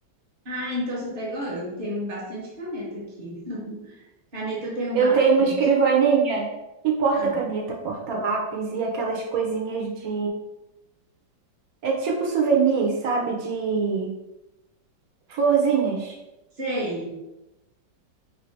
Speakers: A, on the right; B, on the right.
A: Ah, então você tá igual eu. Eu tenho bastante caneta aqui. <laughs> Caneta eu tenho
B: Eu
A: bastante.
B: tenho uma escrivaninha e porta-caneta,
A: Ah,
B: porta-lápis e aquelas coisinhas de. É tipo souvenir, sabe? De florzinhas.
A: sei.